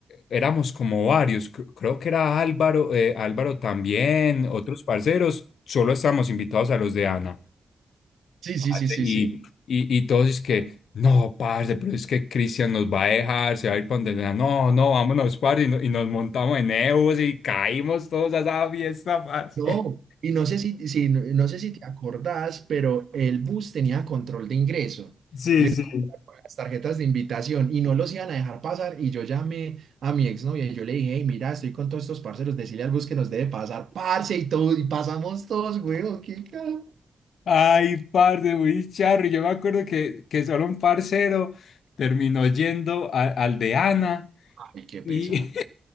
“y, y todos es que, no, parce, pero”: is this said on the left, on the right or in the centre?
Left